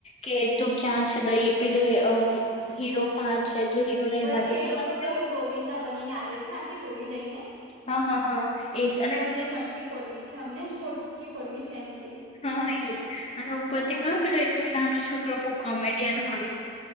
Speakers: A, on the left; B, on the right.
A: કે, તું ક્યાં છે દઈ પેલે અ હીરો કાં છે, તો હીરો લઈ
B: પછી
A: ભાગી
B: એ
A: પણ
B: લોકો
A: કેવુ
B: પેલો ગોવિંદા બનીને આવે છે, ને આખી ટોળી લઈને
A: હા, હા, હા એ જ
B: કે અમને જ મટકી ફોડવી છે, અમને જ મોટકી ફોડવી છે એમ કે.
A: હન, એ જ અન ઉપરથી
B: હા
A: કયો પેલો એક નાનો છોકરો બઉ કોમેડિયન હોય